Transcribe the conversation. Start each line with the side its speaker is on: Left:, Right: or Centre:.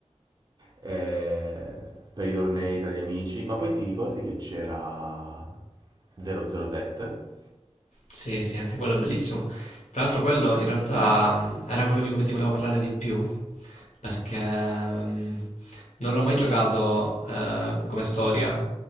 Right: eh, per i tornei tra gli amici, ma poi ti ricordi che c'era 007?
Left: sì, sì, anche quello è bellissimo. Tra l'altro quello in realtà mh, era quello di cui ti volevo parlare di più perché mh, non l'ho mai giocato eh, come storia